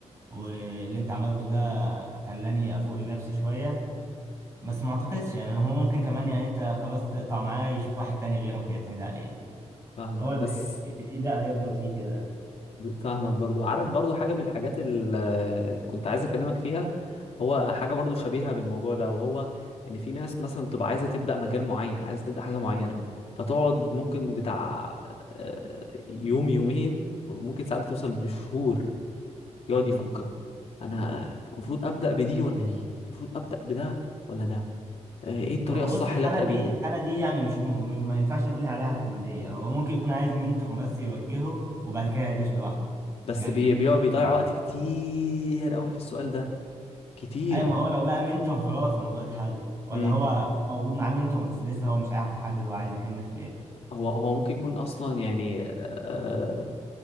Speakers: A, on the right; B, on the left.
A: واللي انت عملته ده خلاني افوق لنفسي شويه بس ما اعتقدش يعني هو ممكن كمان يعني انت خلاص تقطع معاه يشوف واحد تاني غيرك يعتمد عليه
B: فاهمك
A: هو اللي
B: بس
A: اللي فيه ده هيفضل فيه كده
B: فاهمك برضو عارف برضو حاجة من الحاجات ال- اللي كنت عايز أكلمك فيها هو حاجة برضو شبيهة بالموضوع ده وهو إن في ناس مثلا تبقى عايزة تبدأ مجال معين عايزة تبدأ حاجة معينة فتقعد ممكن بتاع آه، يوم يومين وممكن ساعات بتوصل بشهور يقعد
A: مم.
B: يفكر أنا المفروض أبدأ بدي ولا دي المفروض أبدأ بده ولا ده آه، إيه الطريقة
A: هو
B: الصح
A: بص الحالة
B: اللي أبدأ
A: دي
B: بيها
A: الحالة دي يعني مش م... ما ينفعش نقول عليها اعتمادية هو ممكن يكون عايز منتور بس يوجهه وبعد كده هيدوس لوحده
B: بس
A: يعني
B: بي-
A: دي
B: بيقعد-
A: مش اعتمادية
B: بيضيع وقت كتير قوي في السؤال ده كتير
A: أيوة ما هو لو لقى منتور خلاص الموضوع اتحل ولا
B: إمم.
A: هو موجود معاه منتور بس لسه هو مش عارف يحدد هو عايز يكمل في إيه
B: هو هو ممكن يكون اصلا يعني آه،